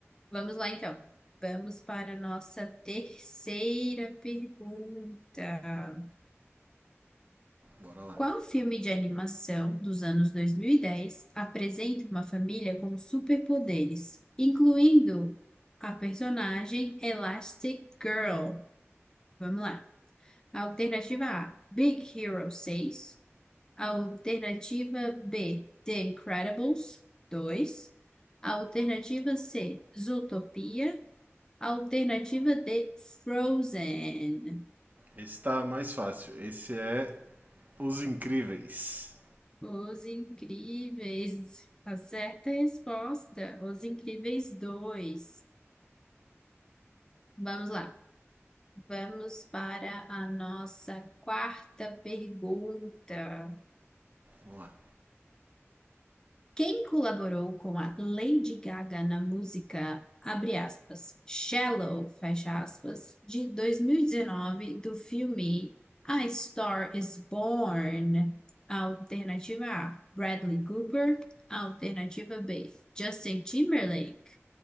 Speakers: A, on the left; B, on the right.
A: Vamos lá então. Vamos para a nossa terceira pergunta.
B: Bora lá.
A: Qual filme de animação dos anos 2010 apresenta uma família com superpoderes, incluindo a personagem Elastic Girl? Vamos lá. Alternativa A, Big Hero seis Alternativa B, The Incredibles dois Alternativa C, Zootopia. Alternativa D, Frozen.
B: Esse tá mais fácil. Esse é Os Incríveis.
A: Os Incríveis. A certa resposta, Os Incríveis dois Vamos lá. Vamos para a nossa quarta pergunta.
B: Vamos lá.
A: Quem colaborou com a Lady Gaga na música, abre aspas, Shallow, fecha aspas, de 2019 do filme A Star is Born? Alternativa A, Bradley Cooper. Alternativa B, Justin Timberlake.